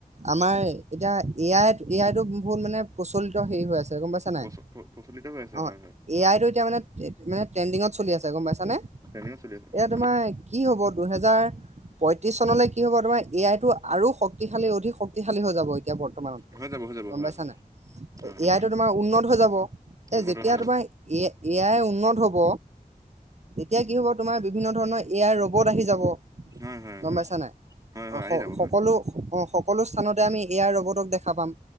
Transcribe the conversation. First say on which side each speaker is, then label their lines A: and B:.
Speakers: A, on the right (about 50°); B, on the right (about 25°).
A: আমাৰ এতিয়া এ আইত, এ আইটো বহুত মানে প্ৰচলিত হেৰি হৈ আছে। তে গম পাইছা নে
B: প্ৰচ
A: নাই?
B: প্ৰচলিত হৈ আছে
A: অ'
B: হয় হয়
A: এ আইটো এতিয়া মানে! মানে ট্ৰেণ্ডিনংত চলি আছে, গম পাইছা নে? এয়া
B: ট্ৰেইনিঙো চলি আছে হয়
A: তোমাৰ কি হ'ব, দুহেজাৰ পয়ত্ৰিছ চনলৈ কি হ'ব তোমাৰ, এ আইটো আৰু শক্তিশালী অধিক শক্তিশালী হৈ যাব। এতিয়া বৰ্তমানতকৈ,
B: হৈ যাব হৈ যাব
A: গম
B: হয় হয়
A: পাইছা নে নাই?
B: হয়
A: এ আইতো তোমাৰ উন্নত হৈ যাব।
B: উন্নত
A: এই যেতিয়া
B: হৈ যাব
A: তোমাৰ এ-এ আই উন্নত হ'ব তেতিয়া কি হ'ব তোমাৰ, বিভিন্ন ধৰণৰ এ আই ৰ'বট আহি যাব।
B: হয় হয়
A: গম
B: হয়
A: পাইছা নে নাই?
B: হয় হয়
A: অ'
B: আহি
A: স
B: যাব
A: সকলো
B: হয়
A: অ' সকলো স্থানতে আমি এ আই ৰ'বটক দেখা পাম।